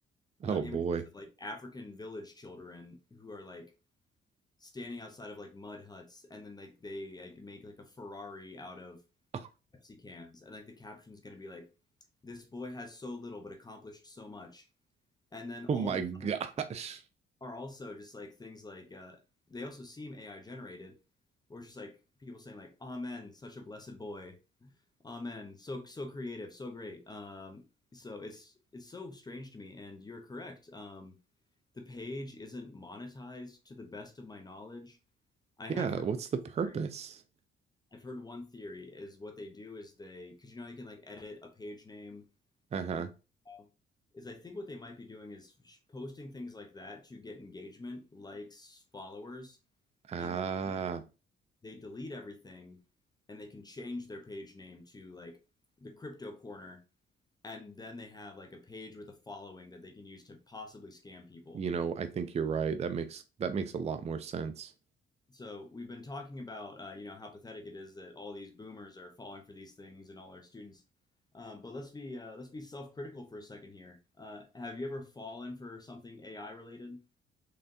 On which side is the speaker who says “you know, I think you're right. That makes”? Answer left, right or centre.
Right